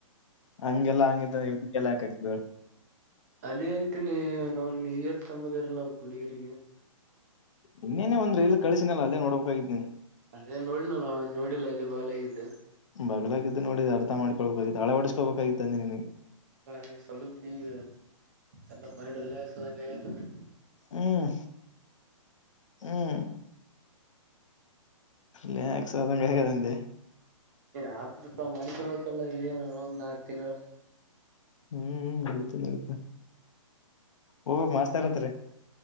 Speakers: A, on the left; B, on the right.
A: ಹಂಗೆಲ್ಲಾ ಹಾಗಿಂತಂದ್ರ <unintelligible> ಹಾಂಗಲ್ಲ ಹಾಕ್ತೀವಿ ಹೇಳ್
B: ಅದೇ ಅಂತನಿ ನಾ ನೀಯತ್ ಅಂಬದಿರಲ್ಲ ಅವಕ ಹುಡುಗಿಯರಿಗಿ. -
A: ಇನ್ನೇನೆ ಒಂದು ಇದ ಇಲ್ಲಿ ಕಳಸಿನಲ್ಲ ಅಲ್ಲೇ ನೋಡ್ಬೇಕಾಗಿತ್ತ ನೀ
B: ಅದೇ ನೋಡಿನಲ್ಲಣ ನೋಡಿಲ್ಲ ಅಲ್ಲಿ ಬಗಲಾಗಿದ್ದೆ.
A: ಬಗ್ಲ ಆಗಿತ್ತು ನೋಡಿ ಅರ್ಥ ಮಾಡ್ಕೊಬೇಕಾಗಿತ್ತು ಹಳ ಹೊಡಸ್ಕೊಬೇಕಾಗಿತ್ತು ಅಂದೆ ನಿನಗ.
B: ಎ ಸ್ವಲ್ಪ ಈಗ ಎಲ್ಲ ಮೈಂಡ್ ರಿಲ್ಯಾಕ್ಸ್ ಆದಂಗ ಆಗ್ತಾರೆ.
A: ಹ್ಮ್, ಹ್ಮ್ ಲಾಕ್ಸ್ಧ ಕೆ <unintelligible>
B: ಆದಪ ಮಾಡ್ತಿಲ್ಲ ಇದ ನ ಒಂದ ನಾಕ್ ತಿಂಗಳ <unintelligible>
A: ಹ್ಮ್ ನಡ್ತ ನಡ್ತ ಹೋಗ್ಕ್ ಮಾಸ್ತ ಇರತ್ರಿ <unintelligible>